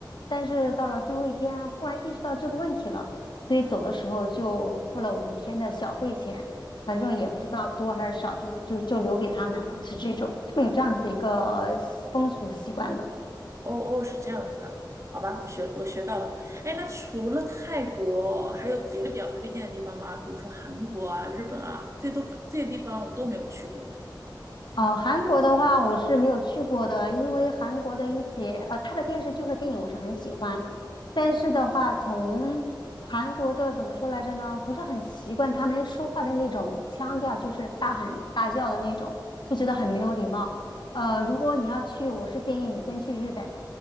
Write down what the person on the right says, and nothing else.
哦哦，是这样子的，好吧，我学我学到了。哎，那除了泰国，还有别的比较推荐的地方吗？比如说韩国啊、日本啊，这都这些地方我都没有去过。